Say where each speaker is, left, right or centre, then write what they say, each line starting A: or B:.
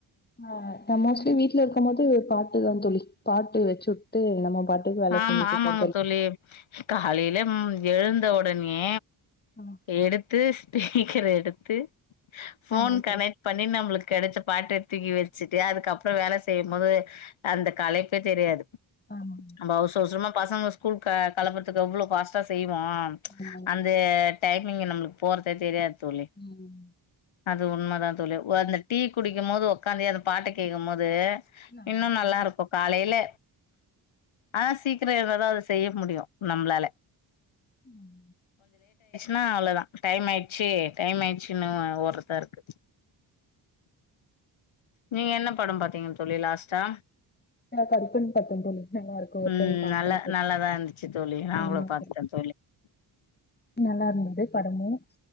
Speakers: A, on the left; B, on the left.
A: ஆஹ் ந மோஸ்ட்லி வீட்ல இருக்கும் போது பாட்டுதா தோழி பாட்டு வெச்சு வுட்டு நம்ம பாட்டுக்கு வேல
B: அ
A: செஞ்சுட்டு
B: ஆமாங்க
A: இருப்போ
B: தோழி காலையில எழுந்த ஒடனே
A: ஆ
B: எடுத்து ஸ்பீக்கர் எடுத்து ஃபோன்
A: ஆமாங் தோழி
B: கனெக்ட் பண்ணி நம்ளுக்கு கெடச்ச பாட்டு தூக்கி வெச்சுட்டு அதுக்கப்புறோ வேல செய்யும்போது அந்த கலைப்பே தெரியாது
A: ஆமா
B: நம்ப அவ்சர அவ்சரம்மா பசங்க ஸ்கூல் கலப்புறதுக்கு எவ்ளோ பாஸ்ட்டா செய்ய மா
A: ஆமாங் தோழி
B: அந்த டைம் நீங்க நம்ளுக்கு போறதே தெரியாது தோழி
A: ம்
B: அது உண்ம தா தோழி அந்த டீ குடிக்கும் போது உக்காந்து அந்த பாட்ட கேட்கும் போது
A: நல்லாருக்குல்ல
B: இன்னு நல்லா இருக்கு காலையில ஆனா சீக்கிரம் எழுந்தாதா அத செய்ய முடியும் நம்மளால
A: உம்
B: னா அவ்ளோதா டைம் ஆய்டுச்சு டைம் ஆய்டுச்சுன்னு ஓட்ரதா இரு <inaudible> நீங்க என்ன படம் பாத்தீங்கன்னு தோழி லாஸ்டா
A: கருப்புன்னு பாத்தேன் தோழி நல்லா இருக்கு ஒரு
B: ம்
A: டைம் பாக்கலாம்
B: நல்ல
A: தோழி
B: நல்லாதான் இருந்துச்சு தோழி நான்
A: ஆமா
B: கூட பாத்துட்டேன்
A: தோழி நல்லா இருந்தது படமும்